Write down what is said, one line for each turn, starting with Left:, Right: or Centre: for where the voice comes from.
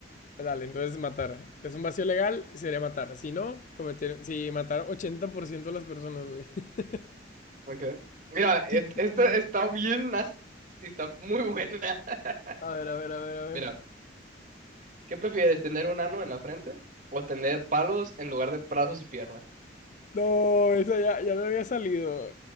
Left: Dale, entonces matar. Es un vacío legal, sería matar. Si no, cometer. Si matar 80% de las personas, güey. <laughs>
Right: Okay. Mira, et-
Left: Sí.
Right: esta está bien nasty, está muy buena. <laughs>
Left: A ver, a ver, a ver, a ver.
Right: Mira, ¿qué prefieres, tener un ano en la frente o tener palos en lugar de brazos y piernas?
Left: No, esa ya, ya me había salido.